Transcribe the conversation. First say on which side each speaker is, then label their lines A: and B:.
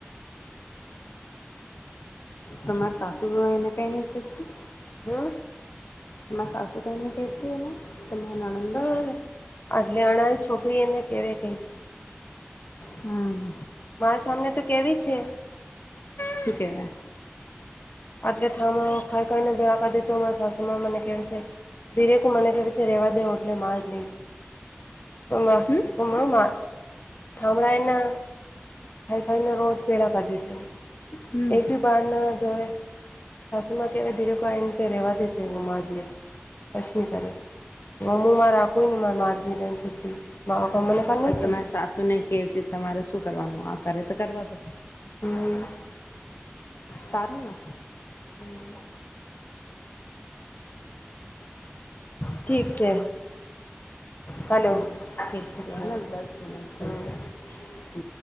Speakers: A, on the left; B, on the left.
A: તમારે સાસુ એને કઈ નહ કતી
B: હમ
A: સ આસુ કને કતી હ ને તમારા નણંદને
B: હા આટલે અનારી છોકરી એને કેવી કઈ છે
A: હમ
B: મારા સામને તો કેવી છે
A: શ કેવાય
B: આટલે ઠા ખાઈ ખાઈને ભેળકા દેતો સાસુ માં મને કે છે ધીરેક મને કર છે રેવા દે ઓઠલે માજ ન બંગ
A: હમ
B: કોરો મા થામડાયના ખાઈ ખાઈને રોજ પેળા ક દે છે
A: હમ
B: એક બી બાર ના જોવે સાસુમા કેવાય ધીરે ક આઈન કે રહેવા દે છે હું માજ લે કછ ન કરે હમું મા રાખું ન મા મા બીા ને છુ મારો કામ મને કરનું
A: આ તમારે
B: છે
A: સાસુ નને કેવીીતે તમારે શું કરવાનું આ કરે તો કરવા દ
B: હમ
A: સારુંના
B: હમ ઠીક છે હલો
A: હમ ઠીકના
B: અચ્છા
A: દસ મ થ
B: હમ
A: હ